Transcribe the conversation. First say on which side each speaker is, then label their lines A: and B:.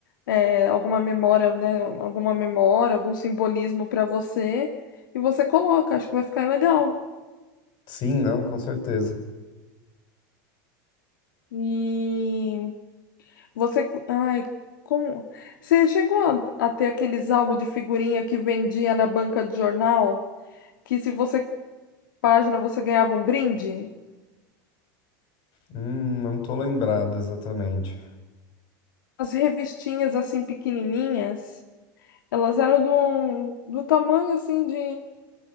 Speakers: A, on the left; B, on the left.
A: é, alguma memória, né, alguma memória, algum simbolismo pra você, e você coloca, acho que vai ficar legal.
B: Sim, não, com certeza.
A: E Você, ai, como você chegou a, a ter aqueles álbuns de figurinha que vendia na banca de jornal, que se você página você ganhava um brinde?
B: Hum, não tô lembrado exatamente.
A: As revistinhas assim pequenininhas, elas eram do, do tamanho assim de